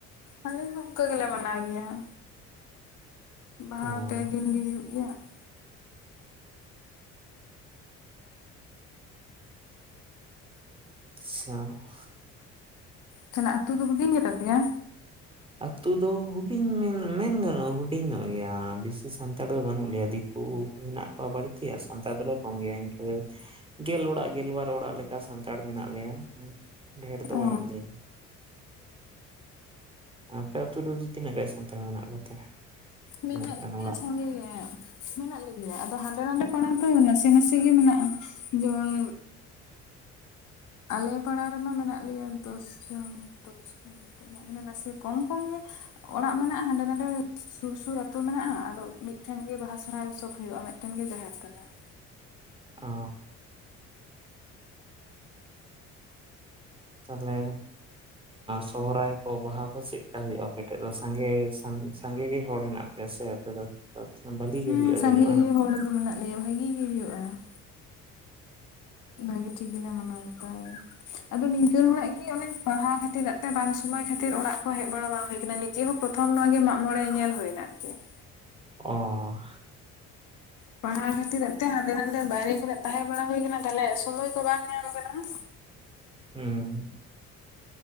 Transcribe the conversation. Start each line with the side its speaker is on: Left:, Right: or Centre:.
Left: ᱟᱞᱮ ᱦᱚᱸ ᱚᱝᱠᱟ ᱜᱮᱞᱮ ᱢᱟᱱᱟᱣ ᱜᱮᱭᱟ ᱾ ᱵᱟᱦᱟ
Right: ᱚ
Left: ᱯᱮ ᱫᱤᱱᱜᱤ ᱦᱩᱭᱩᱜ ᱜᱮᱭᱟ ᱾
Right: ᱟᱪᱪᱷᱟ ᱾
Left: ᱛᱟᱦᱚᱞᱮ ᱟᱛᱩ ᱫᱚ ᱦᱩᱰᱤᱧ ᱜᱮᱛᱟ ᱯᱮᱭᱟ?
Right: ᱟᱛᱩ ᱫᱚ ᱦᱩᱰᱤᱧ ᱢᱮᱱ ᱢᱮᱱ ᱜᱟᱱᱚᱜᱼᱟ ᱦᱩᱰᱤᱧ ᱧᱚᱜ ᱜᱮᱭᱟ, ᱵᱮᱥᱤ ᱥᱟᱱᱛᱟᱲ ᱫᱚ ᱵᱟᱹᱱᱩᱜ ᱞᱮᱭᱟ ᱫᱤ ᱠᱩ ᱦᱮᱱᱟᱜ ᱠᱚᱣᱟ ᱵᱟᱹᱲᱛᱤ ᱟᱨ ᱥᱟᱱᱛᱟᱲ ᱫᱚᱞᱮ ᱠᱚᱢ ᱜᱮᱭᱟ, ᱤᱱᱠᱟᱹ ᱜᱮᱞ ᱚᱲᱟᱜ ᱜᱮᱞᱵᱟᱨ ᱚᱲᱟᱜ ᱞᱮᱠᱟ ᱥᱟᱱᱛᱟᱲ ᱢᱮᱱᱟᱜ ᱞᱮᱭᱟ, ᱰᱷᱮᱨ ᱫᱚ
Left: ᱚ
Right: ᱵᱟᱹᱱᱩᱜ ᱞᱮᱭᱟ ᱾ ᱟᱯᱮ ᱟᱹᱛᱩ ᱨᱮᱫᱚ ᱛᱤᱱᱟᱹᱜ ᱜᱟᱭ ᱥᱟᱱᱛᱟᱲ ᱢᱮᱱᱟᱜ ᱠᱚᱛᱮ?
Left: ᱢᱮᱱᱟᱜ
Right: ᱛᱤᱱᱟᱹᱜ ᱜᱟᱱ
Left: ᱠᱚ ᱜᱮᱭᱟ
Right: ᱚᱲᱟᱜ
Left: ᱥᱟᱸᱜᱮ ᱜᱮ ᱾ ᱢᱮᱱᱟᱜ ᱞᱮᱜᱮᱭᱟ, ᱟᱫᱚ ᱦᱟᱸᱰᱮ ᱱᱟᱸᱰᱮ ᱯᱟᱲᱟ ᱛᱚ ᱱᱟᱥᱮ ᱱᱟᱥᱮ ᱜᱮ ᱢᱮᱱᱟᱜᱼᱟ ᱾ ᱡᱮᱢᱚᱱ ᱟᱞᱮ ᱯᱟᱲᱟ ᱨᱮᱢᱟ ᱢᱮᱱᱟᱜ ᱞᱮᱭᱟ ᱫᱚᱥ ᱡᱚᱱ ᱫᱚᱥ <inaudible> ᱢᱟᱱᱮ ᱱᱟᱥᱮ ᱠᱚᱢ ᱠᱚᱢ ᱜᱮ ᱚᱲᱟᱜ ᱢᱮᱱᱟᱜᱼᱟ ᱦᱟᱸᱰᱮ ᱱᱟᱸᱰᱮ ᱥᱩᱨ ᱥᱩᱨ ᱟᱹᱛᱩ ᱢᱮᱱᱟᱜᱼᱟ, ᱟᱫᱚ ᱢᱤᱫᱴᱷᱮᱱ ᱜᱮ ᱵᱟᱦᱟ ᱥᱚᱨᱚᱦᱟᱭ ᱥᱚᱵ ᱦᱳᱭᱳᱜᱼᱟ ᱢᱤᱫᱴᱮᱱ ᱜᱮ ᱡᱟᱦᱮᱨ ᱛᱟᱞᱟ ᱾
Right: ᱚᱸ ᱾ ᱛᱟᱦᱚᱞᱮ ᱥᱚᱦᱨᱟᱭ ᱠᱚ ᱵᱟᱦᱟ ᱠᱚ ᱪᱮᱫᱠᱟ ᱦᱩᱭᱩᱜᱼᱟ ᱟᱯᱮᱴᱷᱮᱡ ᱫᱚ ᱥᱟᱸᱜᱮ ᱥᱟ-ᱥᱟᱸᱜᱮ ᱜᱮ ᱦᱚᱲ ᱦᱮᱱᱟᱜ ᱯᱮᱭᱟ ᱥᱮ ᱟᱯᱮ ᱫᱚ? <inaudible> ᱵᱷᱟᱞᱤ ᱜᱮ
Left: ᱦᱩᱸ
Right: ᱦᱩᱭᱩᱜᱼᱟ
Left: ᱥᱟᱸᱜᱮ
Right: ᱡᱟᱹᱱᱤᱡ ᱵᱟᱝ?
Left: ᱜᱮ ᱦᱚᱲ ᱫᱚ ᱢᱮᱱᱟᱜ ᱞᱮᱭᱟ ᱵᱷᱟᱜᱤ ᱜᱮ ᱦᱩᱭᱩᱜᱼᱟ ᱾ ᱵᱷᱟᱜᱮ ᱴᱷᱤᱠ ᱜᱮᱞᱮ ᱢᱟᱱᱟᱣ ᱵᱟᱛᱟᱣᱟ ᱟᱫᱚ ᱱᱤᱝᱠᱟᱹᱱ ᱦᱚᱲᱟᱜ ᱜᱮ ᱚᱱᱮ ᱯᱟᱲᱦᱟᱣ ᱠᱷᱟᱹᱛᱤᱨᱟᱜ ᱛᱮ ᱵᱟᱝ ᱥᱚᱢᱚᱭ ᱠᱷᱟᱹᱛᱤᱨ ᱚᱲᱟᱜ ᱠᱚ ᱦᱮᱡ ᱵᱟᱲᱟ ᱵᱟᱝ ᱦᱩᱭ ᱠᱟᱱᱟ ᱤᱱᱟᱹ ᱪᱮᱜ ᱦᱚᱸ ᱯᱨᱚᱛᱷᱚᱢ ᱱᱚᱣᱟ ᱜᱮ ᱢᱟᱜ ᱢᱚᱬᱮ ᱧᱮᱞ ᱦᱩᱭᱱᱟ ᱟᱨᱠᱤ ᱾
Right: ᱚᱸᱻ
Left: ᱯᱟᱲᱦᱟ ᱠᱷᱟᱹᱛᱤᱨᱟᱜ ᱛᱮ ᱦᱟᱸᱰᱮ ᱱᱟᱸᱰᱮ ᱵᱟᱭᱨᱮ ᱠᱚᱨᱮᱜ ᱛᱟᱦᱮᱸ ᱵᱟᱲᱟ ᱦᱩ ᱠᱟᱱᱟ, ᱛᱟᱦᱚᱞᱮ ᱥᱚᱢᱚᱭ ᱠᱚ ᱵᱟᱝ ᱧᱟᱢ ᱠᱟᱱᱟ ᱾
Right: ᱦᱮᱸ ᱾